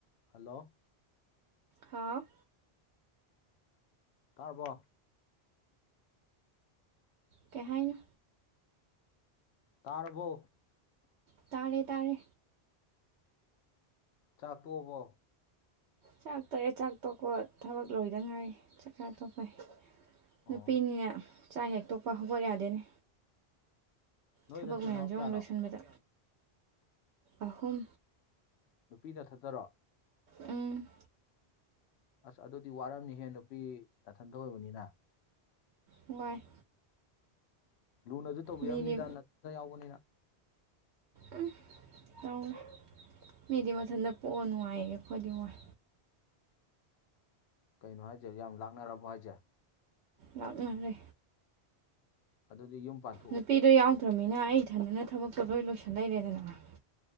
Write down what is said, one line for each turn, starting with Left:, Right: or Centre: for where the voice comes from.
Left: hello
Right: ꯍꯥꯥꯎ
Left: ꯇꯥꯔꯕꯣ
Right: ꯀꯩ ꯍꯥꯏꯅꯣ
Left: ꯇꯥꯔꯕꯣ
Right: ꯇꯥꯔꯦ ꯇꯥꯔꯦ
Left: ꯆꯥꯛ ꯇꯣꯛꯑꯕꯣ
Right: ꯆꯥꯛ ꯇꯣꯛꯑꯦ ꯆꯥꯛ ꯇꯣꯛꯄ ꯊꯕꯛ ꯂꯣꯏꯗ ꯉꯥꯏꯔꯤ ꯆꯥꯛꯆꯥ ꯇꯣꯛꯄꯩ
Left: ꯑꯣ
Right: ꯅꯨꯄꯤꯅꯤꯅ ꯆꯥꯛ ꯍꯦꯛ ꯇꯣꯛꯄ ꯍꯧꯒꯠ ꯌꯥꯗꯦꯅꯦ
Left: ꯅꯣꯏ
Right: ꯊꯕꯛ
Left: ꯅꯆꯤꯟ
Right: ꯃꯌꯥꯝꯖꯦ
Left: ꯅꯅꯥꯎ ꯀꯌꯥꯅꯣ
Right: ꯑꯃꯨꯛ ꯂꯣꯏꯁꯟꯕꯗ ꯑꯍꯨꯝ
Left: ꯅꯨꯄꯤ ꯅꯊꯟꯇꯔꯣ
Right: ꯎꯝ
Left: ꯑꯁ ꯑꯗꯨꯗꯤ ꯋꯥꯔꯝꯅꯤꯍꯦ ꯅꯨꯄꯤ ꯅꯊꯟꯗ ꯑꯣꯏꯕꯅꯤꯅ
Right: ꯋꯥꯏ
Left: ꯂꯨꯅꯖꯨ ꯇꯧꯕꯤꯔꯝꯅꯤꯗ
Right: ꯃꯤꯗꯤ
Left: ꯅꯊꯟꯇ ꯌꯥꯎꯕꯅꯤꯅ
Right: ꯎꯝ ꯇꯧꯔꯦ ꯃꯤꯗꯤ ꯃꯊꯟꯇ ꯄꯣꯛꯑ ꯅꯨꯡꯉꯥꯏꯌꯦꯌꯦ ꯑꯩꯈꯣꯏꯗꯤ ꯋꯥꯏ
Left: ꯀꯩꯅꯣ ꯍꯥꯏꯖꯦ ꯌꯥꯝ ꯂꯥꯛꯅꯔꯕꯣ ꯍꯥꯏꯖꯦ
Right: ꯂꯥꯛꯅꯔꯦ
Left: ꯑꯗꯨꯗꯤ ꯌꯨꯝ ꯄꯥꯟ
Right: ꯅꯨꯄꯤꯗꯣ ꯌꯥꯎꯗ꯭ꯔꯝꯃꯤꯅ ꯑꯩ ꯏꯊꯟꯗꯅ ꯊꯕꯛꯇꯣ ꯂꯣꯏ ꯂꯣꯏꯁꯤꯜ ꯂꯩꯔꯦꯗꯅ